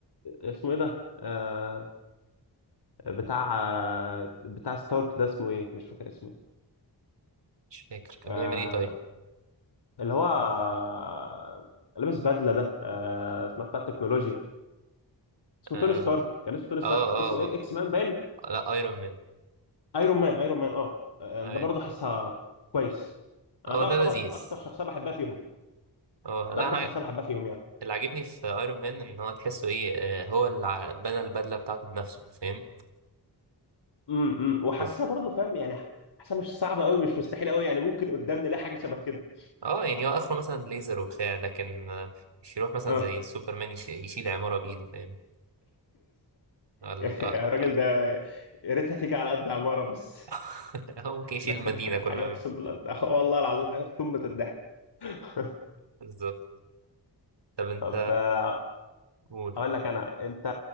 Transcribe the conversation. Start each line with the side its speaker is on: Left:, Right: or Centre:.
Left: آه، اسمه ايه ده آه، بتاع آه، بتاع ستارك ده اسمه ايه مش فاكر اسمه
Right: مش فاكر كان
Left: آه،
Right: بيعمل ايه طيب
Left: اللي هو آه، لابس بدله ده آه، اسمها بتاع التكنولوجيا اسمه
Right: اه
Left: توني ستارك كان اسمه توني ستارك
Right: اه اه,
Left: اس اكس مان باين
Right: آه. لا ايرون مان
Left: ايرون مان ايرون مان اه آه،
Right: اه
Left: ده برضه حاسها كويس
Right: آه،
Left: انا ده
Right: ده
Left: يعتبر
Right: لذيذ
Left: اكتر شخصيه بحبها فيهم
Right: اه
Left: ده
Right: لا
Left: اكتر
Right: انا
Left: شخصيه بحبها فيهم يعني
Right: اللي عاجبني في ايرون مان ان هو تحسه ايه آه، هو اللي ع- بنى البدله بتاعته بنفسه فاهم
Left: امم امم. وحاسسها
Right: وف...
Left: برضه فاهم يعني حاسسها مش صعبه قوي مش مستحيله قوي يعني ممكن قدام نلاقي حاجه شبه كده
Right: اه يعني هو اخره مثلا ليزر وبتاع لكن آه، مش يروح مثلا
Left: اه
Right: زي سوبرمان يش... يشيل عماره بايده فاهم ال- آه،
Left: الراجل
Right: آه،
Left: ده يا ريتها تيجي على قد عمارة بس
Right: <laughs> هو ممكن يشيل
Left: ده كان
Right: المدينه
Left: ده
Right: كلها
Left: حاجة أقسم
Right: بال-
Left: بالله ده والله العظيم حاجة في قمة الضحك <laughs>
Right: بالظبط طب انت
Left: طب آه،
Right: قول
Left: أقول لك أنا أنت